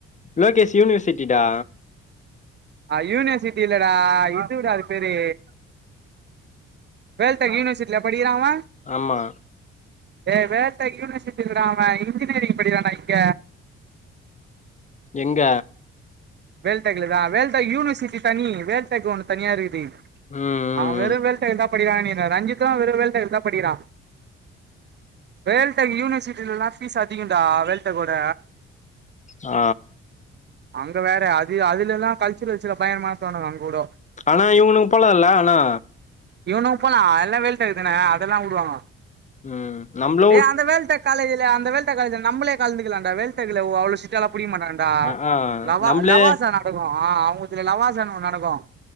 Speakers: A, on the left; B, on the right.
A: லோகேஸ் யூனிவர்சிட்டிடா
B: அ யனிவர்சிட்டி இல்லடா இதுவ் டா அது பேரு வேல் டேக் யனிவர்சிட்ல்யா படிக்கிறா அவ
A: ஆமா
B: ஏ வேல் யூனிவர்சிட்டி இல்லடா அவ இன்ஜினியரிங் படிக்றான்டா இங்க
A: எங்க
B: வேல் டேக்லதா வேல் டடெக் யூனிவர்சிட்டி தனி வேல் டெக் ஒன்னு தனியா இருக்குது
A: ம் ம்
B: அவ வெறு
A: ம்
B: வேல் டெக்ல் தா படிக்குறா நெனக்கிற ரஞ்சித்து வெறு வேல் டெக் தா படிக்கிறா வேல் டெக் யூனிவர்சிட்டிலல்லா ஃபீஸ் அதிகொன்டா வேல் டெக் ஒட
A: ஆ
B: இது வேற அது அதுலல்லா கல்ச்சுரல்ஸுல பயங்றமாத்துவானுங் அங் கூடோ
A: ஆனா இவ்ங்னுங் போலால்ல அனா
B: இவுனுங் போலா எல்லா வேல் டெக் தான அதல்லா உடுவாங்க
A: ம் நம்ப்ளு
B: ஏ அந்த வேல் டெக் காலேஜில அந்த வேல் டெக் காலேஜில நம்பலே கந்துக்குலான்டா வேல் டெக்குல ஒ அவ்ளோ சிட்டாலா புடிக்மாட்டாங் டா
A: ஆ ஆ
B: லவா
A: நம்ளே
B: லவாசா நட் நடக்கு அ அவுங்குல்துல லவாசான் ஒன் நடக்கு